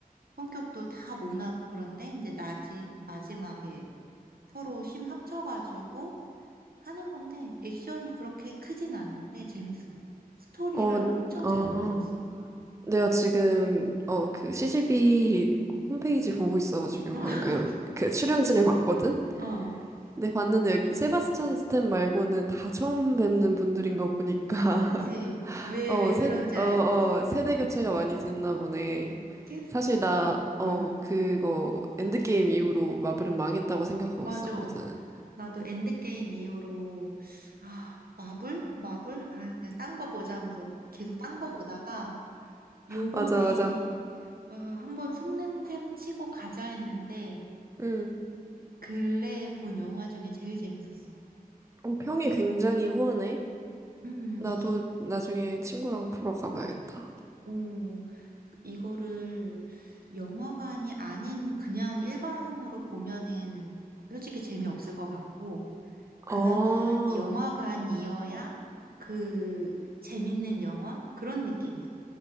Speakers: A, on the right; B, on the right.
A: 성격도 다 모나고 그런데 이제 나지, 마지막에 서로 힘 합쳐가지고 하는 건데 액션이 그렇게 크진 않는데 재밌어. 스토리를
B: 어,
A: 엄청 잘
B: 어,
A: 만들었어.
B: 내가 지금, 어, 그 c g b 홈페이지 보고 있어가지고
A: <laughs>
B: 방금 그 출연진을 봤거든?
A: 어,
B: 근데 봤는데 여기 세바스찬 스탠 말고는 다 처음 뵙는 분들인 거 보니까,
A: 그치.
B: <laughs>
A: 왜,
B: 어,
A: 왜
B: 세대,
A: 그런지
B: 어,
A: 알겠지.
B: 어, 세대 교체가 많이 됐나 보네.
A: 캐스팅도,
B: 사실 나, 어,
A: 어,
B: 그거 엔드게임 이후로 마블은 망했다고 생각하고
A: 맞아.
B: 있었거든.
A: 나도 엔드게임 이후로, 아, 마블? 마블? 아, 그냥 딴 거 보자 하면서 계속 딴 거 보다가, 요번에,
B: 맞아, 맞아.
A: 아, 한번 속는 셈 치고 가자 했는데,
B: 음.
A: 근래에 본 영화 중에 제일 재밌었어.
B: 어, 평이 굉장히 후원해?
A: 음,
B: 나도
A: 이게,
B: 나중에 친구랑 보러 가봐야겠다.
A: 어, 이거를 영화관이 아닌 그냥 일반으로 보면은 솔직히 재미없을 것 같고, 그나마
B: 어,
A: 영화관이어야 그 재밌는 영화? 그런 느낌이야.